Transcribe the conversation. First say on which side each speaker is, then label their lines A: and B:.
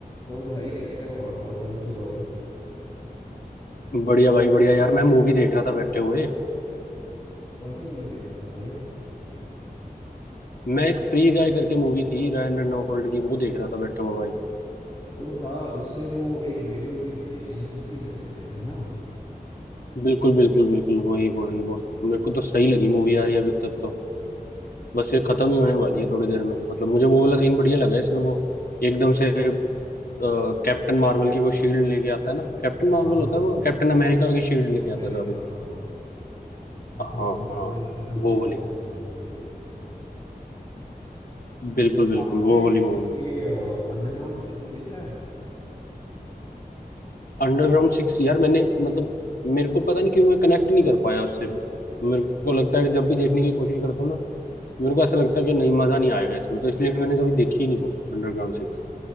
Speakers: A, on the left; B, on the left.
A: तो भाई कैसे हो आप बहुत टाइम के बाद
B: बढ़िया भाई बढ़िया यार मैं मूवी देख रहा था बैठे हुए
A: कौन सा मूवी देख रहा था भाई
B: मैं एक फ्री गाय करके मूवी थी रायन रेनॉल्ड की वो देख रहा था बैठा हुआ भाई
A: ओ हाँ उसमें वो एक वीडियो गेम के एनपीसी रहते हैं है ना
B: बिल्कुल बिल्कुल बिल्कुल वही वही वो मेरे को तो सही लगी मूवी यार ये अभी तक तो बस ये खत्म ही होने वाली है थोड़ी देर में मतलब मुझे वो वाला सीन बढ़िया लगा इसमें वो एकदम से कैप्टन मार्वल की वो शील्ड लेके आता है ना कैप्टन मार्वल
A: हाँ
B: होता
A: हाँ
B: है वो कैप्टन अमेरिका की शील्ड लेके आता
A: मैं
B: है
A: देखा
B: सॉरी
A: हाँ वो
B: हाँ
A: थोड़ा मार्वल
B: हाँ
A: रेफरेंस
B: वो
A: भी देते
B: वाली
A: हैं लोग वही
B: बिल्कुल बिल्कुल
A: आपने
B: वो वाली मूवी
A: ये अंडरग्राउंड सिक्स देखा है
B: अंडरग्राउंड सिक्स यार मैंने मतलब मेरे को पता नहीं क्यों मैं कनेक्ट नहीं कर पाया उससे मेरे को लगता है कि जब भी देखने की कोशिश करता हूँ ना मेरे को ऐसा लगता है कि नहीं मजा नहीं आएगा इसमें तो इसलिए मैंने कभी देखी ही नहीं वो अंडरग्राउंड सिक्स